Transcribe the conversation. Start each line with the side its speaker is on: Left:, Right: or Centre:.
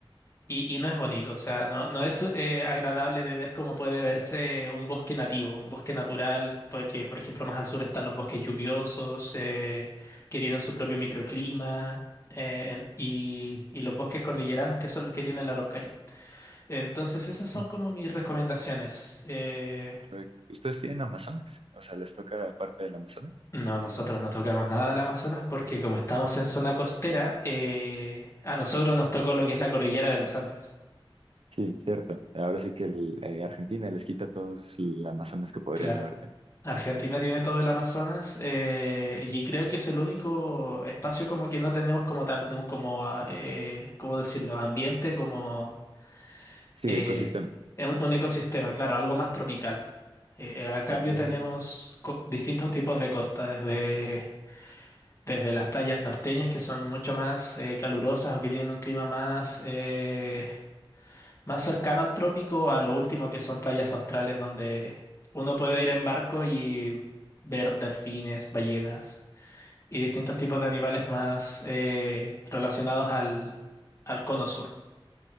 Left: Y, y no es bonito, o sea, no, no es eh, agradable de ver cómo puede verse un bosque nativo, un bosque natural, porque por ejemplo más al sur están los bosques lluviosos, eh, que tienen su propio microclima, eh, en- y, y los bosques cordilleranos, que son los que tienen la Araucaria. Entonces esas son
Right: Sí,
Left: como mis recomendaciones. Eh,
Right: Perfecto. ¿Ustedes tienen Amazonas? O sea, ¿les toca parte del Amazonas?
Left: no, nosotros no tocamos nada del Amazonas porque como estamos en zona costera, eh, a nosotros nos tocó lo que es la cordillera de los Andes.
Right: Sí, cierto. Ahora sí que el, eh, Argentina les quita todos el Amazonas que podrían
Left: Claro.
Right: haber tenido.
Left: Argentina tiene todo el Amazonas eh, y creo que es el único espacio como que no tenemos como tal, como, como ah, eh, ¿cómo decirlo? Ambiente, como
Right: Sí,
Left: eh,
Right: ecosistema.
Left: un, un ecosistema, claro, algo más tropical. Eh, a cambio
Right: Ok, ok.
Left: tenemos co- distintos tipos de costa, desde, desde las playas norteñas que son mucho más eh, calurosas o que tienen un clima más eh, más cercano al trópico a lo último que son playas australes donde uno puede ir en barco y ver delfines, ballenas y distintos tipos de animales más eh, relacionados al, al cono sur.